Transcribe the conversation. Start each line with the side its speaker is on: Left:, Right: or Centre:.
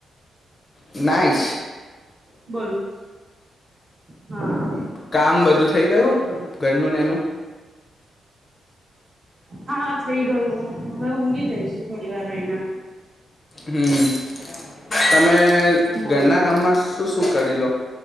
Left: નાઇસ
Right: બોલ હા
Left: કામ બધું થઇ ગયું,
Right: બોલ
Left: ઘરનુંને એનું?
Right: હાઈ ગયોું હ હવે ઊંઘી જઈશું થોડી વાર રહીના
Left: હમ તમે
Right: બોલ
Left: ઘરના કામમાં શું શું કરી લો